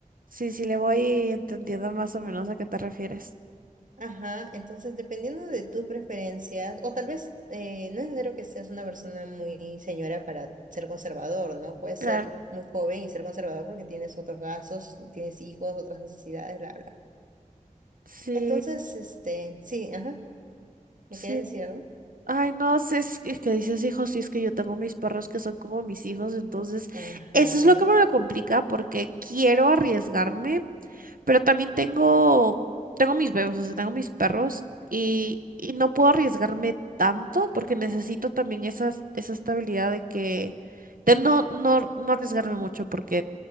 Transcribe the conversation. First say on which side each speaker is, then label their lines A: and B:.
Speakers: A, on the right; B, on the right.
A: Sí, sí, le voy entendiendo más o menos a qué te refieres.
B: Ajá, entonces dependiendo de tus preferencias, o tal vez eh, no es necesario que seas una persona muy señora para ser conservador, ¿no? Puedes
A: Claro,
B: ser muy joven y ser conservador porque tienes otros gastos, tienes hijos, otras necesidades, bla, bla.
A: sí,
B: Entonces, este, sí, ajá, ¿me
A: sí.
B: quieres decir algo?
A: Ay, no, sé es que, es que dices hijos, sí es que yo tengo mis perros que son como mis hijos, entonces
B: Ajá,
A: eso es lo que me lo complica porque quiero arriesgarme, pero también tengo, tengo mis bebés, o sea, tengo mis perros y, y no puedo arriesgarme tanto porque necesito también esa, esa estabilidad de que, de no, no, no arriesgarme mucho porque,